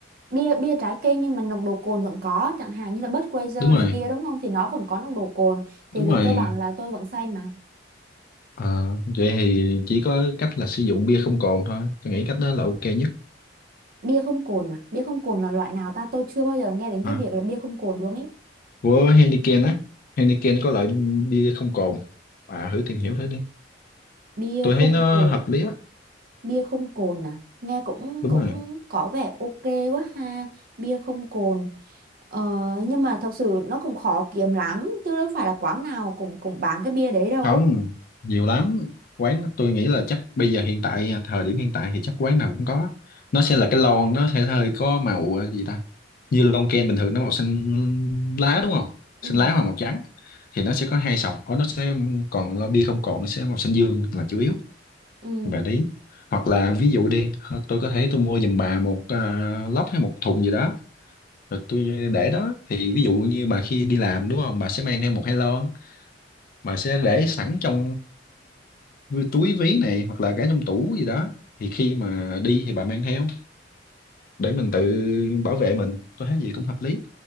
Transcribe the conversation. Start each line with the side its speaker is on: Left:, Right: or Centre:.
Right: bia bia trái cây nhưng mà nồng độ cồn vẫn có chẳng hạn như là Budweiser
Left: đúng rồi
Right: này kia đúng không thì nó vẫn có nồng độ cồn thì
Left: đúng
Right: về
Left: rồi
Right: cơ bản là tôi vẫn say mà
Left: Ờ, vậy thì chỉ có cách là sử dụng bia không cồn thôi tôi nghĩ cách đó là ok nhất
Right: bia không cồn à bia không cồn là loại nào ta tôi chưa bao giờ nghe đến
Left: Hả?
Right: cái việc là bia không cồn luôn ý
Left: của Heineken á Heineken có loại bia không cồn à thử tìm hiểu thử đi
Right: bia
Left: tôi
Right: không
Left: thấy nó
Right: cồn
Left: hợp lý á
Right: bia không cồn à nghe cũng
Left: đúng
Right: cũng
Left: rồi
Right: có vẻ ok quá ha bia không cồn Ờ, nhưng mà thật sự nó cũng khó kiếm lắm chứ đâu phải là quán nào cũng cũng bán cái bia đấy đâu
Left: không nhiều lắm quán tôi nghĩ là chắc bây giờ hiện tại à, thời điểm hiện tại thì chắc quán nào cũng có nó sẽ là cái lon nó sẽ hơi có màu ờ, gì ta như lon ken bình thường nó màu xanh lá đúng không
Right: ừ
Left: xanh lá hoặc màu trắng thì nó sẽ có hai sọc Có nó sẽ còn lo bia không cồn nó sẽ màu xanh dương là chủ yếu
Right: ừ
Left: và đấy hoặc là ví dụ đi tôi có thể tôi mua giùm bà một ờ, lốc hay một thùng gì đó rồi tôi để đó thì ví dụ như bà khi đi làm đúng không bà sẽ mang theo một hai lon mà sẽ để sẵn trong vi- túi ví này hoặc là cả trong tủ gì đó thì khi mà đi thì bà mang theo để mình tự bảo vệ mình tôi thấy gì cũng hợp lý